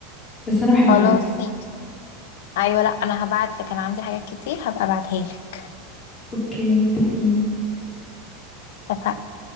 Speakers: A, on the left; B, on the left.
A: بس انا بحبها
B: خلاص
A: يعني
B: ماشي. ايوه لا انا هبعت لك انا عندي حاجات كتير هبقى ابعتها لك
A: اوكي متفقين
B: اتفقنا